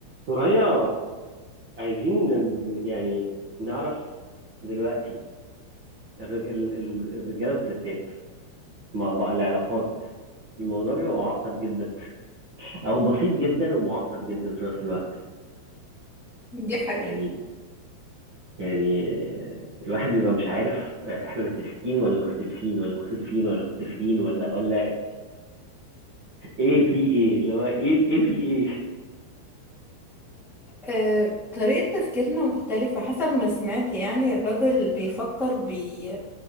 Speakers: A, on the right; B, in the centre.
A: ثريا عايزين يعني نعرف دلوقتي الر- ال- ال- الرجاله والستات مع بعض العلاقات الموضوع بيبقى معقد جدا او بسيط جدا ومعقد جدا في نفس الوقت
B: دي حقيقة
A: يعني يعني الواحد بيبقى مش عارف آه، احنا متفقين ولا مختلفين ولا مختلفين ولا متفقين ولا ولا ايه في ايه اللي هو ايه ايه في ايه
B: أه طريقة تفكيرنا مختلفة حسب ما سمعت يعني الراجل بيفكر بي